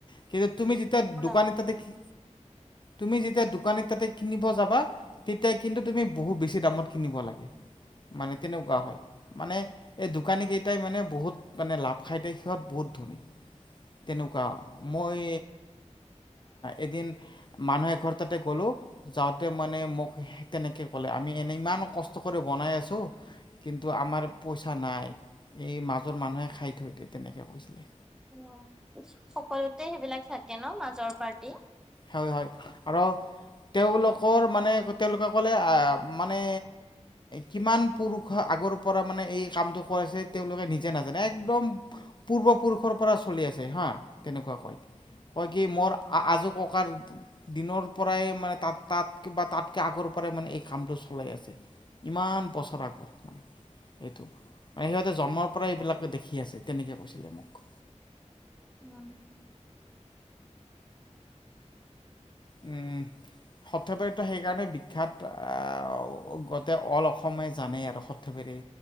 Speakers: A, on the left (about 40°); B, in the centre.
A: কিন্তু তুমি যেতিয়া
B: ওলা।
A: দোকান এটাতে কি তুমি যেতিয়া
B: উম,
A: দোকানিৰ তাতে কিনিব যাব তেতিয়া কিন্তু তুমি বহুত বেছি দামত কিনিব লাগে, মানে তেনেকুৱা হয়। মানে এই দোকানী কেইটাই মানে বহুত মানে লাভ খাই সিহঁত বহুত ধনী, তেনেকুৱা। মই এদিন মানুহ এঘৰ তাতে গ'লোঁ যাওঁতে মানে মোক তেনেকৈ ক'লে আমি এনেই ইমান কষ্ট কৰি বনাই আছোঁ কিন্তু আমাৰ পইচা নাই। এই মাজৰ মানুহে খাই থৈ দিয়ে তেনেকে কৈছিলে।
B: উ সকলোতে সেইবিলাক থাকে। কে ন মাজৰ পাৰ্টি?
A: হয়-হয় আৰু তেওঁলোকৰ মানে তেওঁলোকে ক'লে মানে কিমান পুৰুষৰ আগৰ পৰা মানে এই কামটো কৰিছে তেওঁলোকে নিজে নাজানে একদম পূৰ্বপুৰুষৰ পৰা চলি আছে হা, তেনেকুৱা কৈ। কি মোৰ আজো ককাৰ দিনৰ পৰাই মানে তাত-তাতকৈ বা তাতকৈ আগৰ পৰাই মানে এই কামটো চলাই আছে, ইমান বছৰ আগৰ মানে এইটো মানে সিহঁতে জন্মৰ পৰাই এইবিলাক দেখি আছে তেনেকৈ কৈছিলে মোক।
B: উম।
A: উম সৰ্থেবাৰীতো সেইকাৰণে বিখ্যাত আহ গোটেই অল অসমে জানেই আৰু সৰ্থেবৰেী